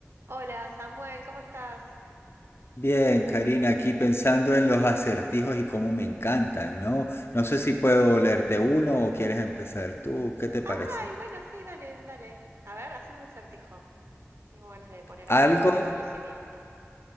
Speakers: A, on the right; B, on the left.
A: Hola Samuel, ¿cómo estás?
B: Bien, Karina, aquí pensando en los acertijos y cómo me encantan, ¿no? No sé si puedo leerte uno o quieres empezar tú, ¿qué te parece?
A: Ay, bueno, sí, dale, dale. A ver, haceme un acertijo. Tengo ganas de poner
B: ¿Algo?
A: a prueba mi
B: <laughs>
A: conocimiento.